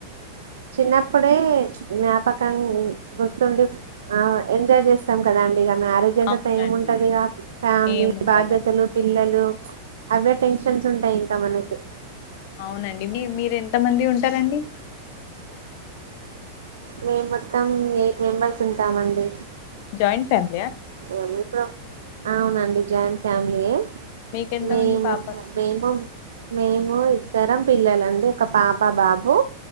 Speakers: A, on the right (about 85°); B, on the left (about 55°).
A: చిన్నప్పుడే జ్ఞాపకాన్ని గుర్తుండి ఆ ఎంజాయ్ చేస్తాం కదాండి ఇక మ్యారేజ్ అంతా
B: అవునండి
A: సేమ్ ఉంటది ఇక ఫ్యామిలి
B: ఏం ఉండదండి
A: బాధ్యతలు పిల్లలు అవే టెన్షన్స్ ఉంటాయి ఇంకా మనకి
B: అవునండి మీ మీరెంత మంది ఉంటారండి
A: మేము మొత్తం ఎయిట్ మెంబర్స్ ఉంటామండి
B: జాయింట్ ఫ్యామి
A: అమప్పు అవునండి జాయింట్ ఫ్యామిలీ
B: మీకెంత
A: మేము
B: మంది పాప
A: మేము మేము ఇద్దరం పిల్లలండి ఒక పాప బాబు